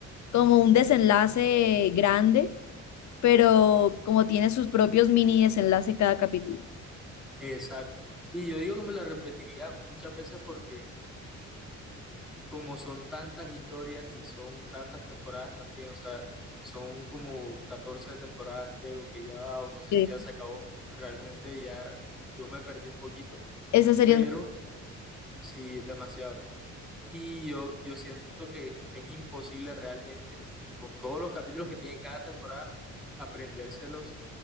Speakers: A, on the left; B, in the centre.
A: como un desenlace grande, pero como tiene sus propios mini desenlaces cada capítulo.
B: Exacto. Y yo digo que me la repetiría muchas veces porque como son tantas historias y son tantas temporadas también, o sea, son como 14 temporadas creo que ya va, o no sé
A: Sí.
B: si ya se acabó, realmente ya yo me perdí un poquito,
A: Esa serie
B: pero
A: es...
B: sí, demasiado. Y yo, yo siento que es imposible realmente, y con todos los capítulos que tiene cada temporada, aprendérselos